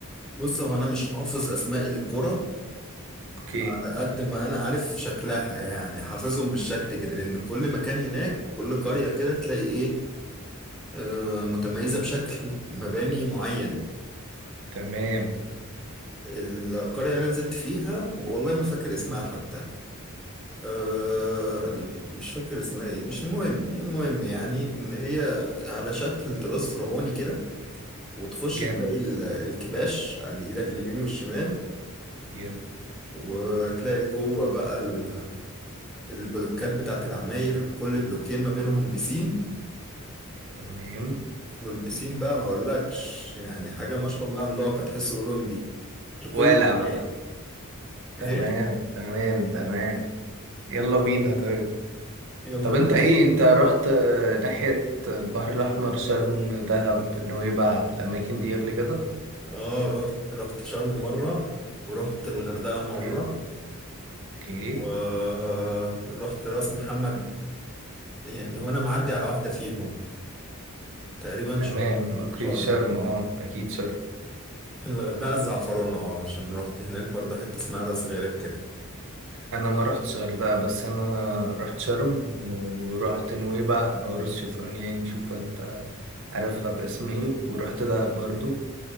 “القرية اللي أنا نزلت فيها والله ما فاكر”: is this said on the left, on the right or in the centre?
Centre